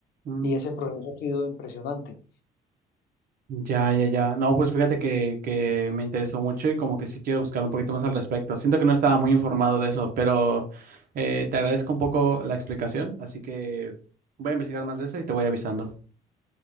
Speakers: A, on the right; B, on the left.
A: Mm,
B: y ese progreso ha sido impresionante.
A: ya, ya, ya. No, pues fíjate que, que me interesó mucho y como que sí quiero buscar un poquito más al respecto. Siento que no estaba muy informado de eso, pero eh, te agradezco un poco la explicación, así que voy a investigar más de eso y te voy avisando.